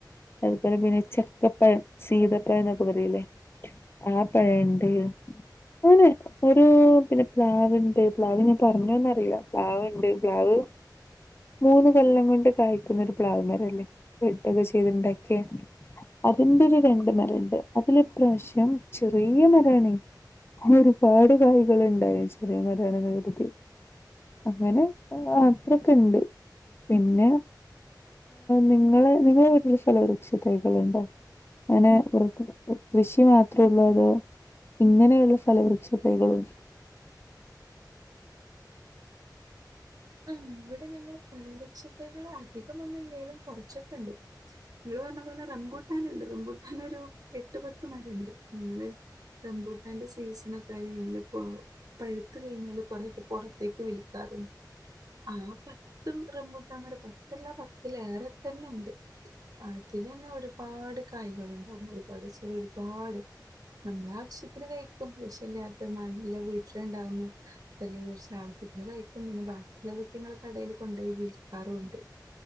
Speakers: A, on the left (about 30°); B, on the right (about 55°).
A: അതുപോലെ പിന്നെ ചക്കപ്പഴം സീതപ്പഴം എന്നൊക്കെ പറയില്ലേ ആപ് പഴോണ്ട് അങ്ങനെ ഓരോ പിന്നെ പ്ലാവ്ണ്ട് പ്ലാവ് ഞാൻ പറഞ്ഞോന്നറിയില്ല പ്ലാവുണ്ട് പ്ലാവ് മൂന്ന് കൊല്ലം കൊണ്ട് കായ്ക്കുന്നൊരു പ്ലാവ് മരല്ലേ ബെഡൊക്കെ ചെയ്തിണ്ടാക്കിയ അതിന്റെരു രണ്ട് മരണ്ട് അതിലിപ്രാവശ്യം ചെറിയ മരാണ് അതിലൊരുപാട് കായ്കൾ ഉണ്ടായി ചെറിയ മരാണെന്ന് കരുതി അങ്ങനെ അത്രൊക്കെണ്ട് പിന്നെ നിങ്ങളെ നിങ്ങള വീട്ടിൽ ഫലവൃക്ഷ തൈകളുണ്ടോ ങ്ങനെ പുറത്ത് കൃഷി മാത്രേ ഒള്ളൂ അതോ ഇങ്ങനെയുള്ള ഫലവൃക്ഷ തൈകളുണ്ട്
B: ആ ഇവിടെ ഞങ്ങള് പലവൃക്ഷതൈകൾ അധികമൊന്നും ഇല്ലേലും കുറച്ചൊക്കെണ്ട് നിങ്ങള്പറഞ്ഞ പോലെ റംബൂട്ടാനുണ്ട് റംബൂട്ടാനൊരു എട്ട് പത്ത് മരം ണ്ട് ങ്ങള്റംബൂട്ടാന്റെ സീസണൊക്കെയാൽ ഞങ്ങിപ്പോ പഴുത്ത കഴിഞ്ഞാല് കൊറെ പൊറത്തേക്ക് വിൽക്കാറുണ്ട് ആ പത്തും റമ്പുട്ടാമരം പത്തല്ല പത്തിലേറെത്തന്നെണ്ട് അതിലെന്നെ ഒരുപാട് കായ്കളുണ്ട് നമ്മ ഒരുപാട് ഒരുപാട് നമ്മൾ ആവശ്യത്തിന് കഴിക്കും വിശല്ലാത്ത നല്ല വീട്ടിലുണ്ടാവുന്ന <unintelligible> ആവശ്യത്തിന് കഴിക്കും പിന്നെ ബാക്കിള്ളതൊക്കെങ്ങൾ കടേൽ കൊണ്ടോയി വിൽക്കാറുണ്ട്